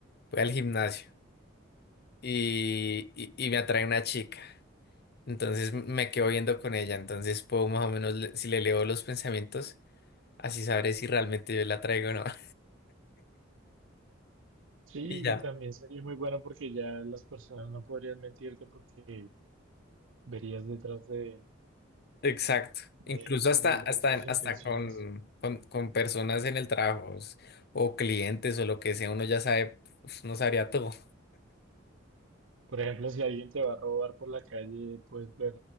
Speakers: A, on the left; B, on the right.
A: voy al gimnasio. y, y- y me atrae una chica. Entonces me quedo viendo con ella. Entonces puedo más o menos, le- si le leo los pensamientos, así sabré si realmente yo la traigo o no. <laughs>
B: Sí,
A: Y ya,
B: y también sería muy bueno porque ya las personas no podrían mentirte porque verías detrás de,
A: exacto.
B: de,
A: Incluso
B: de
A: hasta, hasta,
B: de sus
A: hasta
B: intenciones.
A: con, con, con personas en el trabajo s- o clientes o lo que sea, uno ya sabe, pues, no sabría todo.
B: Por ejemplo, si alguien te va a robar por la calle, puedes ver